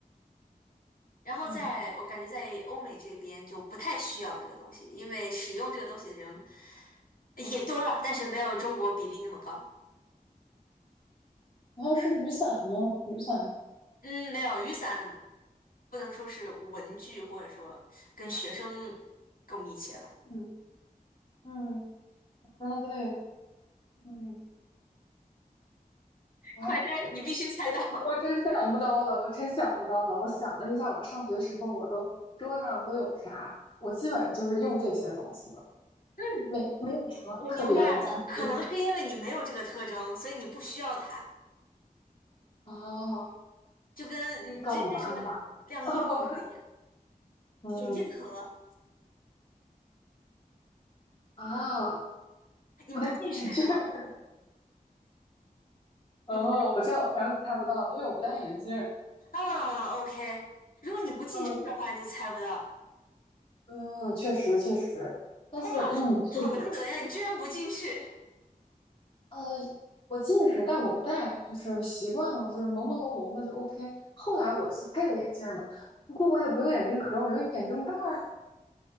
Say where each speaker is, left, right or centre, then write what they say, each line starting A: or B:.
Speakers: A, on the left (about 70°); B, on the left (about 35°).
A: 然后在我感觉在欧美这边就不太需要这个东西，
B: 嗯，
A: 因为使用这个东西的人也多了，但是没有中国比例那么高。
B: 然后是雨伞吗？雨伞，
A: 嗯，没有，雨伞不能说是文具，或者说跟学生更密切吧。
B: 嗯嗯，啊对，嗯，我还
A: 快猜，你必须猜到。
B: 我我真想不到了，我真想不到了。我想了一下，我上学时候我都桌上都有啥，我基本上就是用这些东西了，
A: 嗯，
B: 没没有什么特别才需要的
A: 我明白了，可能是因为你没有这个特征，所以你不需要它，
B: 哦
A: 就跟你你之前说
B: 你告诉我答案吧？
A: 晾衣服是一样。
B: 哦，嗯
A: 眼镜盒，
B: 啊，
A: 你不近视是吗？
B: 不戴眼镜儿。哦，
A: 你不戴眼镜是吗？
B: 我知道，我感觉猜不到，因为我不戴眼镜儿。
A: 啊，OK，如果你不近视的话，
B: 嗯
A: 你就猜不到。
B: 嗯，确实确实，但是嗯，
A: 哇，
B: 确实，
A: 好难得呀，你居然不近视，
B: 呃，我近视，但我不戴，就是习惯了，就是朦朦胧胧的就 OK。后来我是配了眼镜儿的，不过我也不用眼镜盒，我用眼镜袋儿，